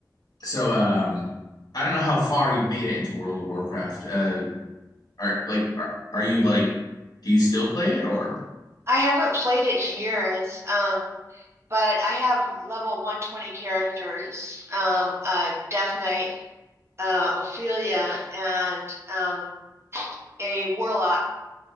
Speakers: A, on the left (about 65°); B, on the right (about 35°).
A: so um, I don't know how far you've made it into World of Warcraft. Uh, are like are, are you like? Do you still play it or?
B: I haven't played it in years, um, but I have level 120 characters, um, a Death Knight, uh, Ophelia, and um, a Warlock.